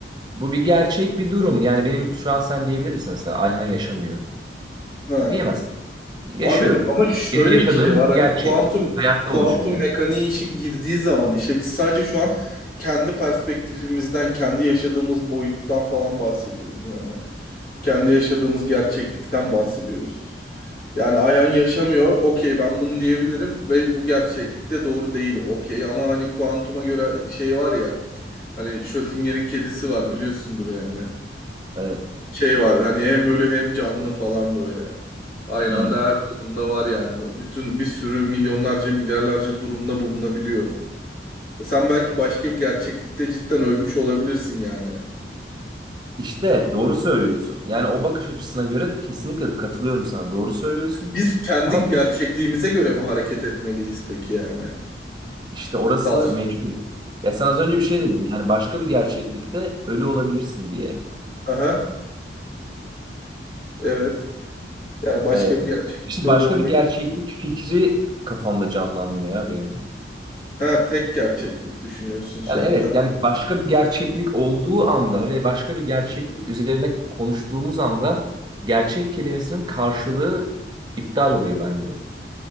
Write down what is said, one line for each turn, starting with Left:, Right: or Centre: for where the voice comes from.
Right: Bu bir gerçek bir durum. Yani benim şu an sen diyebilir misin mesela Ayhan yaşamıyor.
Left: Ha.
Right: Yani diyemezsin. Yaşıyorum.
Left: Abi ama şöyle
Right: Benim yaşadığım
Left: bir şey var
Right: bir
Left: hani
Right: gerçek.
Left: kuantum
Right: Hayatta
Left: kuantum
Right: oluşum yani.
Left: mekaniği işi girdiği zaman işe biz sadece şu an kendi perspektifimizden kendi yaşadığımız boyuttan falan bahsediyoruz yani. Kendi yaşadığımız gerçeklikten bahsediyoruz. Yani Ayhan yaşamıyor okey ben bunu diyebilirim ve bu gerçeklikte doğru değil o okey ama hani kuantuma göre şey var ya hani Schrödinger'in kedisi var biliyorsundur yani
Right: Evet.
Left: şey var hani hem ölü hem canlı falan böyle. Aynı
Right: Hmm.
Left: anda her durumda var yani. Bütün bir sürü milyonlarca milyarlarca durumda bulunabiliyor. Sen belki başka bir gerçeklikte cidden ölmüş olabilirsin yani.
Right: İşte doğru söylüyorsun. Yani o bakış açısına göre kesinlikle katılıyorum sana. Doğru söylüyorsun.
Left: Biz kendi
Right: Ama
Left: gerçekliğimize göre mi hareket etmeliyiz peki yani?
Right: işte orası
Left: Sağ ol.
Right: meçhul. Ya sen az önce bir şey dedin. Yani başka bir gerçeklikte ölü olabilirsin diye.
Left: Aha, evet. Yani başka
Right: Ee,
Left: bir gerçeklikte
Right: işte başka
Left: öyle olmayı...
Right: bir gerçeklik fikri kafamda canlanmıyor ya benim.
Left: Ha, tek gerçeklik düşünüyorsun sen.
Right: Yani evet
Left: Ha.
Right: yani başka bir gerçeklik olduğu anda ve başka bir gerçeklik üzerine konuştuğumuz anda gerçek kelimesinin karşılığı iptal oluyor bende.